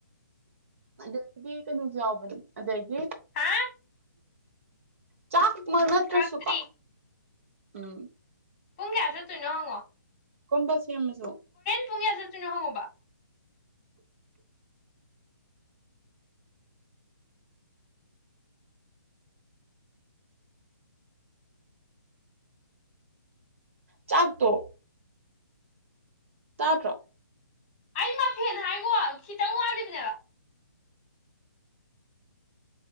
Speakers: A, on the right (about 40°); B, on the left (about 20°).
A: ꯑꯗꯒꯤ ꯀꯩꯅꯣꯁꯨ ꯌꯥꯎꯕꯅꯤ ꯑꯗꯒꯤ
B: ꯍꯥ
A: ꯆꯥꯛ ꯃꯅꯠꯇ꯭ꯔꯁꯨꯨꯄꯥ
B: ꯀꯛꯇ꯭ꯔꯤ
A: ꯎꯝ
B: ꯄꯨꯡ ꯀꯌꯥ ꯆꯠꯇꯣꯏꯅꯣ ꯍꯪꯉꯣ
A: <unintelligible> ꯁꯦꯝ ꯑꯃꯁꯁꯨꯣ
B: ꯄꯨꯨꯡꯉꯦꯁꯁꯨꯅ ꯍꯪꯉꯣꯕꯕꯥ
A: ꯆꯥꯛ ꯇꯣ ꯇꯥꯇ꯭ꯔꯣ
B: ꯑꯩ ꯃꯐꯦꯟ ꯍꯥꯏꯕꯣ ꯈꯤꯇꯪ ꯋꯥꯂꯤꯕꯅꯦꯕ